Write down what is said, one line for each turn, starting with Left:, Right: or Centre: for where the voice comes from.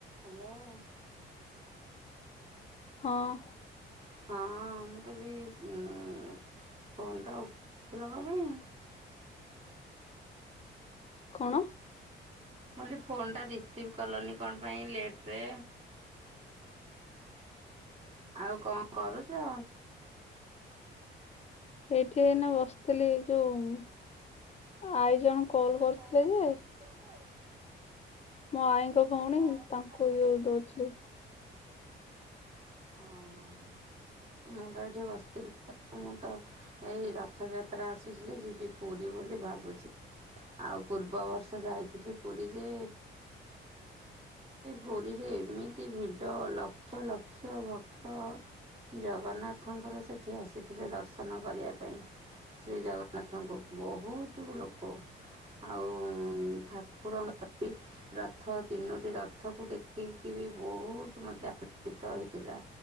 Right: Hello
Left: ହଁ
Right: ହଁ ମୁଁ କହିଲି ଉ ଫୋନ୍ ଟା ଉଠଉନ କଣ ପାଇଁ?
Left: କଣ
Right: ମୁ କହିଲ ଫୋନ୍ଟା ରିସିଭ୍ କଲନି କଣ ପାଇଁ ଲେଟରେ। ଆଉ କଣ କରୁଛ?
Left: ଏଇଠିଇନା ବସିଥିଲି ଯୋଉ ଆଈ ଜଣେ କଲ କରିଥିଲେ
Right: କଲ୍
Left: ଯେ
Right: କରିଥିଲେ ଯେ
Left: ମୋ ଆଈଙ୍କ ଭଉଣୀ
Right: ଆଈଙ୍କ
Left: ତାଙ୍କୁ
Right: ଭଉଣୀ
Left: ଯୋଉ
Right: ତାଙ୍କୁ
Left: ଦଉଥିଲି।
Right: ଓହୋ ମୁଁ ତ ଏଇଠି ବସିଥିଲି। ମୁଁ ତ ଏଇ ରଥଯାତ୍ରା ଆସୁଚି ଯେ ଯିବି ପୁରୀ ବୋଲି ଭାବୁଛି। ଆଉ ପୂର୍ବ ବର୍ଷ ଯାଇଥିଲି ପୁରୀ ଯେ ସେ ପୁରୀରେ ଏମିତି ଭିଡ଼ ଲକ୍ଷ ଲକ୍ଷ ଭକ୍ତ। ଜଗନ୍ନାଥଙ୍କର ସେଠି ଆସିଥିଲେ ଦର୍ଶନ କରିବା ପାଇଁ। ଶ୍ରୀ ଜଗନ୍ନାଥଙ୍କୁ ବହୁତ ଲୋକ। ଆଉ ଠାକୁରଙ୍କର ବି ରଥ ତିନୋଟି ରଥକୁ ଦେଖିକି ବି ବହୁତ ମତେ ଆନନ୍ଦିତ ହେଇଥିଲା।